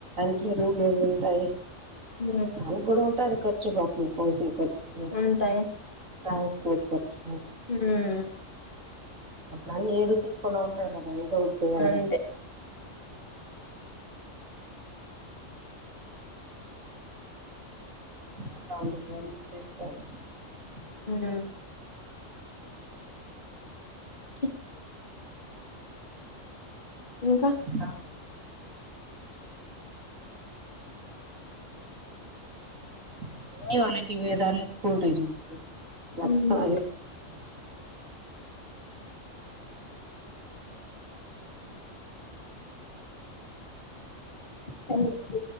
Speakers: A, on the right; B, on the left.
A: <unintelligible>
B: ఉమ్
A: వాళ్లకి కూడా ఉంటాయి అది ఖర్చు పాపము కోసీ ఖర్చు
B: ఉంటాయి
A: ట్రాన్స్పోర్ట్ ఖర్చు
B: ఉమ్
A: అట్లా అని ఏది చేయకున్నాలేదా ఏదో ఒక చేయ్యాల
B: అంతే
A: <unintelligible>
B: ఉమ్ అ ఇంకా
A: ఆ <unintelligible>
B: ఉమ్ అ